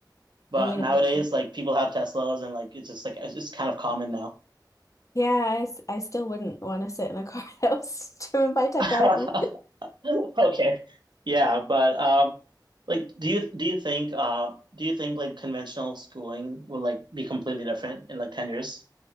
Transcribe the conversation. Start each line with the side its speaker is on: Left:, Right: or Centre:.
Right: But
Left: I mean,
Right: nowadays,
Left: I,
Right: like people have Teslas and like it's just like it's just kind of common now.
Left: yeah, I, s- I still wouldn't want to sit in a car <laughs> that was driven by technology.
Right: <laughs> Okay. Yeah, but um like do you do you think uh do you think like conventional schooling will like be completely different in like 10 years?